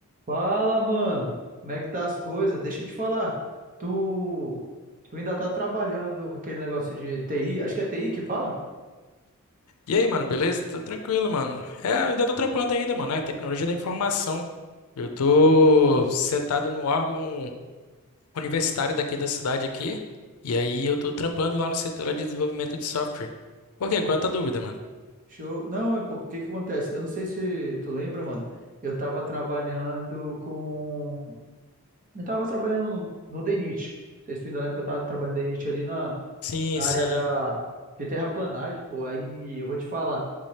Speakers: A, on the right; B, on the left.
A: Fala, mano. Como é que tá as coisas? Deixa eu te falar. Tu, tu ainda tá trabalhando com aquele negócio de TI? Acho que é TI que fala?
B: E aí, mano, beleza? Tô tranquilo, mano. É, eu ainda tô trampando ainda, mano. É tecnologia da informação. Eu tô setado no órgão universitário daqui da cidade aqui. E aí eu tô trampando lá no setor lá de desenvolvimento de software. Por quê?
A: Oi.
B: Qual é a tua dúvida, mano?
A: Show. Não, é pô, o que que acontece? Eu não sei se tu lembra, mano. Eu tava trabalhando com. Eu tava trabalhando no, no DNIT. Não sei se tu ainda lembra que eu tava trabalhando no DNIT ali na,
B: Sim,
A: na
B: sim.
A: área da, de terraplanagem, pô. Aí eu vou te falar.